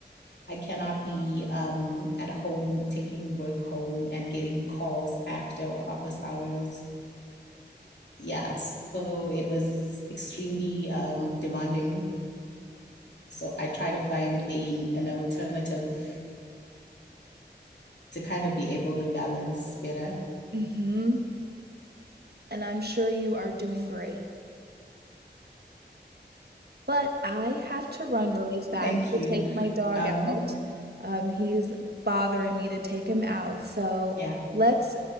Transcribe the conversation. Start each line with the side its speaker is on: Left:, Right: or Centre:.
Left: I cannot be um at home taking work home and getting calls after office hours. Yeah, so it was extremely um demanding. So I try to find a an alternative to kind of be able to balance better.
Right: Mm-hmm. And I'm sure you are doing great. But I have to run really fast
Left: Thank
Right: to
Left: you.
Right: take my dog
Left: Um,
Right: out. Um, he's bothering me to take him out. So
Left: yeah.
Right: let's